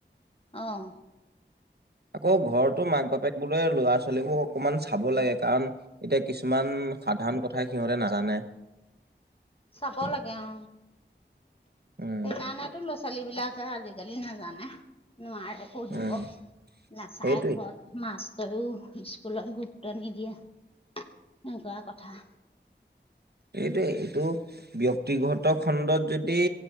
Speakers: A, on the left; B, on the right.
A: আহ।
B: আকৌ ঘৰতো মাক বাপেক বোলে ল'ৰা ছোৱালীবোৰ অকমান চাব লাগে। কাৰণ এতিয়া কিছুমান সাধাৰণ কথাই সিহঁতে নাজানে।
A: <inaudible> চাব লাগে অ।
B: উম
A: সেইকাৰণেটো ল- <unintelligible> ল' ছোৱালী বিলাকে আজিকালি নাজানে। নোৱাৰে পঢ়িব
B: উম
A: নাচাই
B: সেইটোৱে
A: ঘৰত মাছ তাইও স্কুলত গুৰুত্ব নিদিয়ে এনেকুৱা কথা।
B: এইটোৱে এইটো ব্যক্তিগত খণ্ডত যদি